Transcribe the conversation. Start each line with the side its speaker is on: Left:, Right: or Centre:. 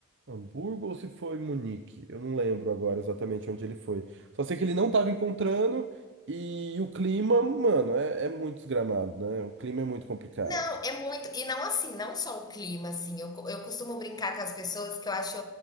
Right: Hamburgo ou se foi Munique. Eu não lembro agora exatamente onde ele foi. Só sei que ele não estava encontrando e o clima, mano, é, é muito desgramado, né? O clima é muito complicado.
Left: Não, é muito e não assim, não só o clima, assim, eu co eu costumo brincar com as pessoas que eu acho